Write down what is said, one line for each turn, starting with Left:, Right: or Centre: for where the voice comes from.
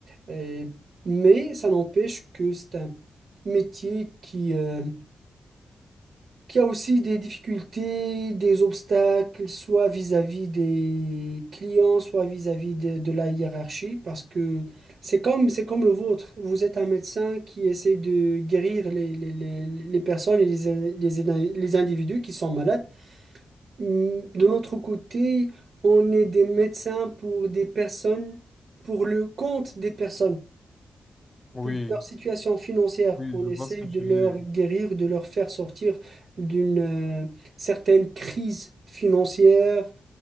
Right: Et- mais ça n'empêche que c'est un métier qui, euh, qui a aussi des difficultés, des obstacles, soit vis-à-vis des clients, soit vis-à-vis de, de la hiérarchie, parce que c'est comme, c'est comme le vôtre. Vous êtes un médecin qui essaie de guérir les, les, les, les personnes et les, les, les individus qui sont malades. Hum, De notre côté, on est des médecins pour des personnes, pour le compte des personnes.
Left: Oui.
Right: Pour leur situation financière,
Left: Oui,
Right: on
Left: je
Right: essaye
Left: vois ce que
Right: de
Left: tu
Right: leur
Left: dis.
Right: guérir, de leur faire sortir d'une euh, certaine crise financière